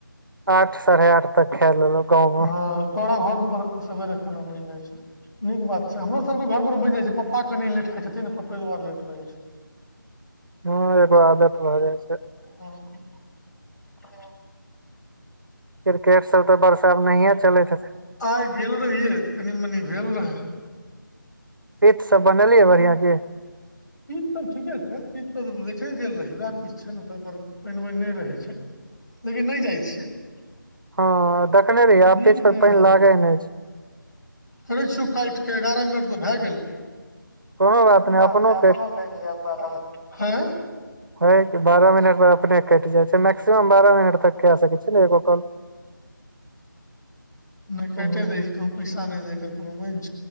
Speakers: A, on the right (about 70°); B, on the left (about 55°).
A: आठ साढ़े आठ तक खा लेल गाँवमे
B: हँ तोरा घर पर सवेरे खाना बनि जाय छै नीक बात छै हमरो सब के घर पर बनि जाय छै पप्पा कनि लेट खाइ छथिन पप्पे दुआरें लेट रहै छै
A: हँ एकगो आदत भ जाय छै
B: हँ
A: क्रिकेट सब तऽ वर्षा में नहिये चलैत हेतै
B: आइ गेल रहियै त कनी मनी भेल रहै
A: पेट सब बनेलियै बढ़ियां की
B: पीच सब ठीके छै पीज तऽ देखे गेल रही उएह पीज छै ने तहि पर पानि पानि नहि रहै छै लेकिन नहि जाइ छियै
A: हँ देखने रहियै आब
B: नीक
A: पिच पर
B: नहि
A: पानि
B: ह
A: लागे नहि छै
B: करै छियौ काटिके एगारह मिनट तऽ भए गेलै
A: कोनो बात
B: हंय
A: नहि अपनो
B: अपने आपो न कटि जायत बारह में हैं
A: है कि बारह मिनट पर अपने कटि जाइ छै से मैक्सिमम बारह मिनट तक केय सकै छलै एगो कॉल
B: नहि कटे
A: हूं
B: दै छी कह पैसा नहि दे कोनो बं